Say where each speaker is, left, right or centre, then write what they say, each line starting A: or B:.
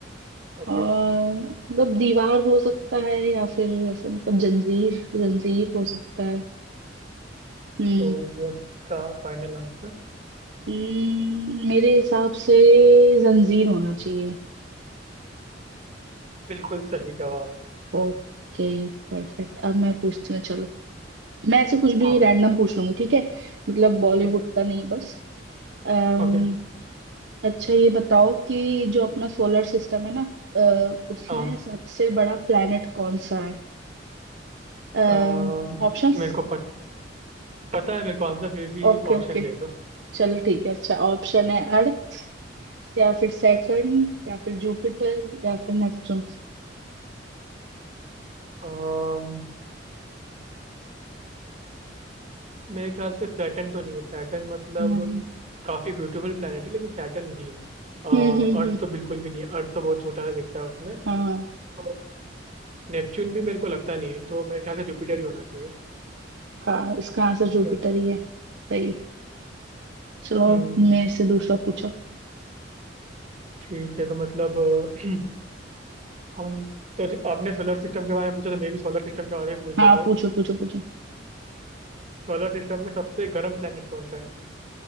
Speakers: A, on the right; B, on the right.
A: Okay,
B: और मतलब दीवार हो सकता है या फिर ऐसा मतलब जंजीर जंजीर हो सकता है हम्म
A: तो वो था फाइनल आंसर
B: हम्म, मेरे हिसाब से जंजीर होना चाहिए
A: बिल्कुल सही जवाब
B: Okay perfect अब मैं पूछती हूँ चलो मैं ऐसे कुछ भी
A: हाँ
B: रैंडम पूछ लूंगी ठीक है मतलब बॉलीवुड
A: ठीक है
B: का नहीं बस अम्म
A: ओके
B: अच्छा ये बताओ कि जो अपना सोलर सिस्टम है ना अ, उसमें
A: हाँ
B: सबसे बड़ा प्लेनेट कौन सा है
A: अम,
B: ऑप्शंस
A: मेरे को पत, पता है मेरे को आंसर फिर भी
B: ओके
A: ऑप्शन
B: ओके
A: दे दो
B: चलो ठीक है अच्छा ऑप्शन है अर्थ या फिर सैटर्न या फिर जुपिटर या फिर नेपच्यून
A: अम, मेरे ख्याल से सैटर्न तो नहीं है सैटर्न मतलब
B: नहीं
A: काफी ब्यूटीफुल प्लेनेट है लेकिन सैटर्न नहीं है
B: हम्म
A: अर्थ
B: हम्म हम्म
A: तो बिल्कुल भी नहीं है अर्थ तो बहुत छोटा सा दिखता है उसमें
B: हाँ
A: तो नेपच्यून भी मेरे को लगता नहीं है तो मेरे ख्याल से जुपिटर ही होना चाहिए
B: हाँ इसका आंसर
A: जुपिटर
B: जुपिटर ही है सही चलो
A: हम्म
B: मेरे से दूसरा पूछो
A: ठीक है तो मतलब अ, हम तो आपने सोलर सिस्टम के बारे में पूछा तो मैं भी सोलर सिस्टम के बारे में पूछ
B: हाँ
A: लेता हूँ
B: पूछो पूछो पूछो
A: सोलर सिस्टम में सबसे गर्म प्लेनेट कौन सा है